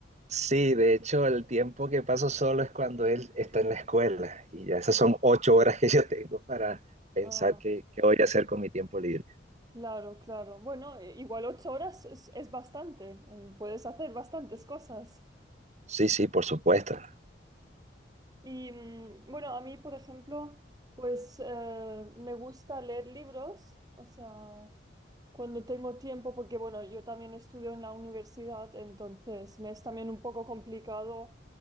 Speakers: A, on the right; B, on the right.
A: Sí, de hecho, el tiempo que paso solo es cuando él está en la escuela y ya esas son ocho horas que yo tengo para pensar
B: Ah,
A: qué, qué voy a hacer con mi tiempo libre.
B: claro, claro. Bueno, i- igual ocho horas es, es bastante. eh, puedes hacer bastantes cosas.
A: Sí, sí, por supuesto.
B: Y mm, bueno, a mí, por ejemplo, pues eh, me gusta leer libros, o sea, cuando tengo tiempo, porque bueno, yo también estudio en la universidad, entonces me es también un poco complicado